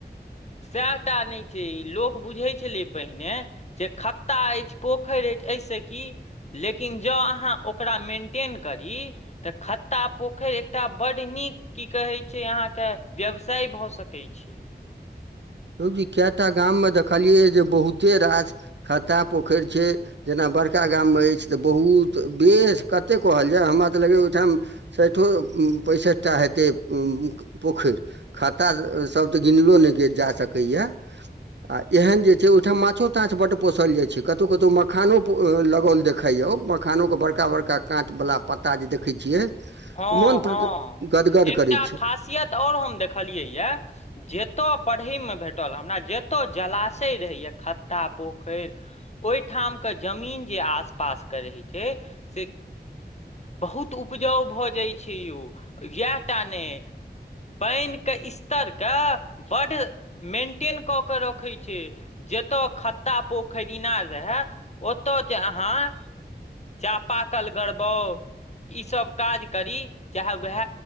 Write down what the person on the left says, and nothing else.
सएह टा नहि छै लोक बुझैत छलै पहिने जे खत्ता अछि पोखरि अछि एहिसे की लेकिन जँ अहाँ ओकरा मेन्टेन करी तऽ खत्ता पोखरि एकटा बड नीक की कहै छै अहाँके व्यवसाय भऽ सकैत छै
हँ
हँ
एकटा
खासियत आओर हम देखलियै यए जतय पढ़हि मे भेटल हमरा जतय जलाशय रहैए खत्ता पोखरि ओहिठाम के जमीन जे आस पास के रहय छै से बहुत उपजाउ भऽ जाइत छै यौ इएह टा नै पानि क स्तर क बड मेंटेन कऽ क रखै छै जत‌ए खत्ता पोखरि इनार रहए ओत‌ए जे अहाँ चापाकल गड़बौ ईसभ काज करी चाहे उएह